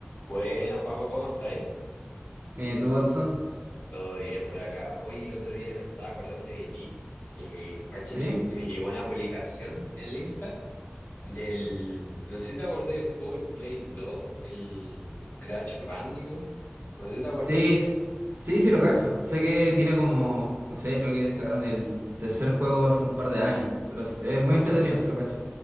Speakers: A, on the left; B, on the right.
A: Buenas, Joaco, ¿cómo estáis?
B: Mire tú, Watson.
A: Todo bien por acá. Hoy el otro día me estaba acordando de ti, que caché
B: ¿Sí?
A: que me llegó una publicación en el Insta del, no sé si te acordáis del juego del Play 2, el Crash Bandicoot, no sé si te acordáis.
B: Sí, sí, sí, lo cacho. Sé que tiene como, no sé, creo que sacaron el tercer juego hace un par de años, pero es, es muy entretenido, sí lo cacho.